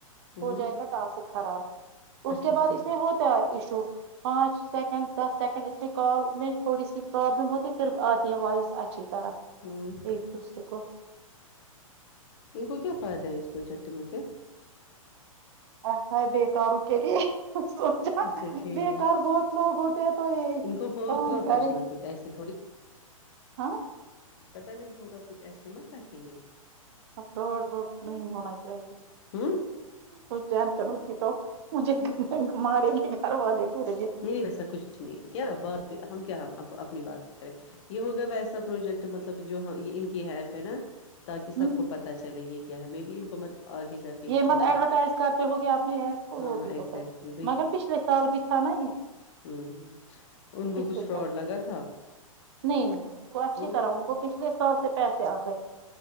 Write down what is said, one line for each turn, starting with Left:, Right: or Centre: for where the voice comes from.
Left: ہوں
Right: ہو جائے گا ٹاسک خراب اس
Left: اچھا
Right: کے بعد
Left: ٹھیک
Right: اس میں ہوتاش پانچ سیکنڈ دس سیکنڈ اس میں کال میں تھوڑی سی پرابلم ہوتی ہے پھر آتی ہے وائس اچھی طرح
Left: ہوں
Right: ایک دوسرے کو
Left: ان کو کیا فائدہ ہے اس پروجیکٹ میں پھر
Right: رکھ ہے بیکاروں کے لیے سوچا
Left: اچھا ٹھیک
Right: بےیکار بہت لوگ ہوتے ہیں تو یہی
Left: ان کو ہوگا
Right: کام کرے
Left: کچھ نہ
Right: گ
Left: کچھ ایسے
Right: ہاں
Left: پتا نہیں ہوگا کچھ ایسے مت رکھیں گے
Right: فراڈ بروڈ کو نہیں ہونا چاہیے
Left: ہوں
Right: کو چین تو مجھے مارے گے گھر والے بولیں
Left: نہیں
Right: گے
Left: نہیں ویسا کچھ نہیں کیا بات پ ہم کیا اپنی بات کریں یہ ہوگا ویسا پروجیکٹ مطلب جو ان کی ایپ ہے نا تاکہ سب
Right: ہوں
Left: کو پتا چلے یہ کیا ہے میں بھی ا ان کو مت آگے جا کے ان
Right: یہ
Left: کو
Right: مت
Left: کچھ
Right: ایڈورٹائز کرتے ہو گے اپنے ایپ کو
Left: ہاں
Right: وہ بھی
Left: ایگزیکٹلی
Right: ہوتا ہے مگر پچھلے سال بھی تھا نا یہ
Left: ہ ان
Right: یہ
Left: کو
Right: پچھلے
Left: کچھ فراڈ
Right: سال
Left: لگا تھا
Right: نہیں نہیں ان کو اچھی
Left: تو
Right: طرح
Left: پھر
Right: ان کو پچھلے سال سے پیسے آ رہے ہیں